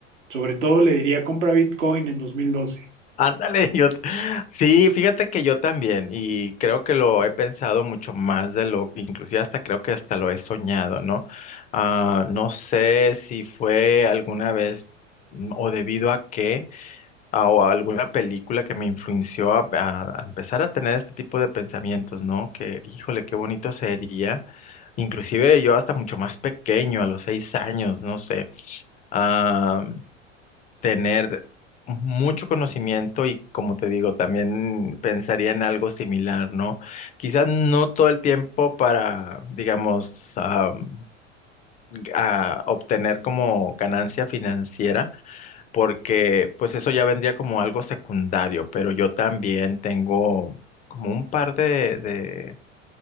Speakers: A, on the right; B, on the left.
A: Sobre todo le diría compra Bitcoin en 2012.
B: Ándale, <laughs> yo t- sí, fíjate que yo también, y creo que lo he pensado mucho más de lo, inclusive hasta creo que hasta lo he soñado, ¿no? Ah, no sé si fue alguna vez mm, o debido a qué a- o a alguna película que me influenció a, a- a empezar a tener este tipo de pensamientos, ¿no? Que, híjole, qué bonito sería. Inclusive yo hasta mucho más pequeño, a los seis años, no sé, a tener mucho conocimiento y como te digo, también pensaría en algo similar, ¿no? Quizás no todo el tiempo para, digamos, am, a obtener como ganancia financiera, porque pues eso ya vendría como algo secundario, pero yo también tengo como un par de, de-